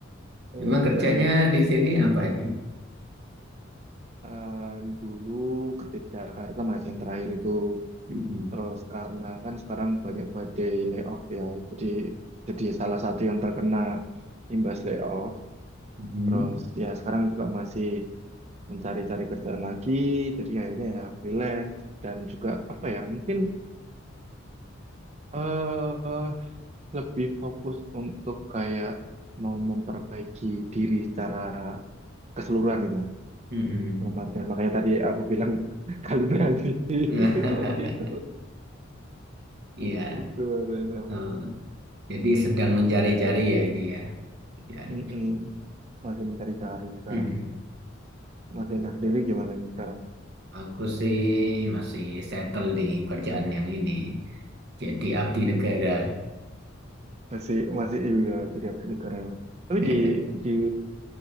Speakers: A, on the right; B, on the right.
A: Iya,
B: Emang kerjanya
A: dari
B: di sini apa ini?
A: eh, dulu kerja di Jakarta Mas yang terakhir itu
B: Mm-mm.
A: terus karena kan sekarang banyak badai layoff ya, jadi jadi salah satu yang terkena imbas layoff.
B: Mm-mm.
A: Terus ya sekarang juga masih mencari-cari kerjaan lagi, jadi akhirnya ya freelance dan juga apa ya mungkin eh, lebih fokus untuk kayak mau memperbaiki diri secara keseluruhan gitu.
B: Mm-mm.
A: Dalam artian makanya tadi aku bilang <laughs> kalibrasi
B: <laughs>
A: <laughs> seperti itu.
B: Iya.
A: Gitu, Arena.
B: Oh, jadi sedang mencari-cari ya ini ya. kerjaan.
A: Mm-mm. Masih mencari-cari sekarang
B: Mm-mm.
A: ini. Mas Ena sendiri gimana nih sekarang?
B: Aku sih masih settle di kerjaan yang ini. Jadi abdi negara.
A: Masih masih iya jadi abdi negarawan. Tapi
B: <laughs>
A: di di